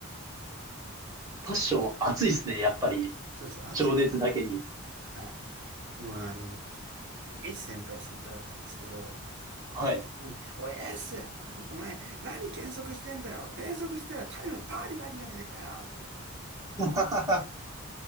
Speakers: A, on the right; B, on the right.
A: パッション熱いですね。やっぱり。
B: そうです。熱いです。
A: 情熱だけに。
B: はい。もうあの、S 先輩って先輩だったんですけど、
A: はい。
B: うん。おい S! お前、何減速してんだよ減速したらタイムパーになるんじゃねえかよって。
A: バ